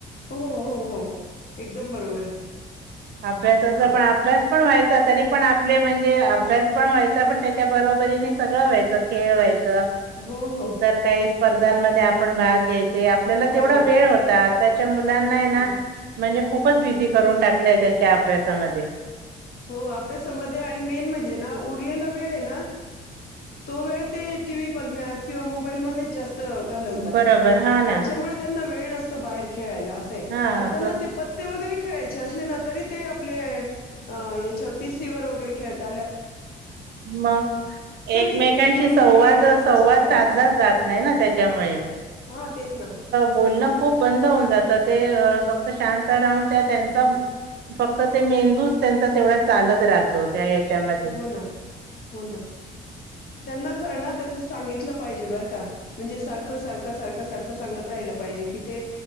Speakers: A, on the left; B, on the right.
A: हो हो. एकदम बरोबर आहे.
B: अभ्यासाचा
A: हो,
B: पण अभ्यास पण व्हायचा तरी पण आपले म्हण म्हणजे अभ्यास पण व्हायचा पण त्याच्या बरोबरीने सगळं व्हायचं खेळ व्हायचं.
A: हो, हो.
B: इतर काही स्पर्धांमध्ये आपण भाग घ्यायचे आपल्याला तेवढा
A: बरोबर.
B: वेळ होता. त्याच्या मुलांना हाय ना
A: हो.
B: म्हणजे खूपच बिझी करून टाकलंय त्यांच्या अभ्यासामध्ये.
A: हो अभ्यासामध्ये आणि मेन म्हणजे ना उरलेला वेळ आहे ना तो वेळ ते टी व्ही बघण्यात किंवा मोबाईलमध्ये जास्त घालवतात
B: बरोबर हा ना
A: त्याच्यामुळे त्यांना वेळ नसतो बाहेर खेळायला असय
B: हा
A: आता
B: असं
A: ना ते प वगैरे खेळायचे अस ना तरी ते आपले याच्यावर पीसी वर वगैरे खेळत
B: मग एकमेकांशी
A: नाही का मित्रमैत्रिणी
B: संवाद
A: एकत्र
B: संवाद
A: बसून खेळावं.
B: साधलाच जात नाही ना त्या त्यामुळे
A: हा तेच ना.
B: बोलणं खूप बंद होऊन जातं ते फक्त शांत राहून त्या त्यांचा फक्त ते मेंदूच त्यांचा तेवढा चालत राहतो त्या याच्यामध्ये
A: हो ना हो ना त्यांना खरं ना त्याच सांगितलं पाहिजे बरं का. म्हणजे सारखं सारखं सारखं सारखं सांगत राहिलं पाहिजे कि ते